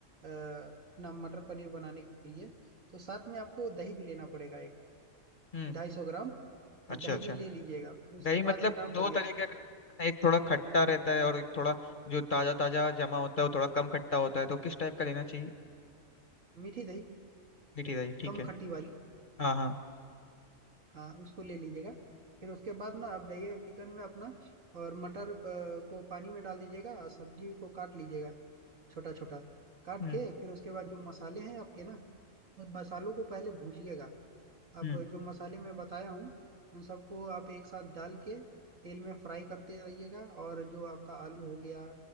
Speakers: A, on the right (about 70°); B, on the left (about 40°).
A: अपना मटर पनीर बनाने के लिए तो साथ में आपको दही भी लेना पड़ेगा एक
B: हम्म
A: ढाई सौ ग्राम
B: अच्छा
A: तो दही
B: अच्छा
A: भी ले लीजिएगा फिर उसके
B: दही मतलब
A: बाद एक काम करिएगा
B: दो तरीके
A: जैसे
B: का एक थोड़ा खट्टा रहता है और एक थोड़ा जो ताजा ताजा जमा होता है वो थोड़ा कम खट्टा होता है तो किस टाइप का लेना चाहिए
A: मीठी दही
B: मीठी दही ठीक
A: कम
B: है
A: खट्टी वाली
B: हाँ हाँ
A: हाँ उसको ले लीजिएगा फिर उसके बाद ना आप जाइएगा किचन में अपना और मटर अ, को पानी में डाल दीजिएगा और सब्जी को काट लीजिएगा छोटा छोटा काट
B: हम्म
A: के फिर उसके बाद जो मसाले हैं आपके ना उन मसालों को पहले भूजिएगा आप
B: हम्म
A: जो मसाले मैं बताया हूँ उन सबको आप एक साथ डाल के तेल में फ्राई करते रहिएगा और जो आपका आलू हो गया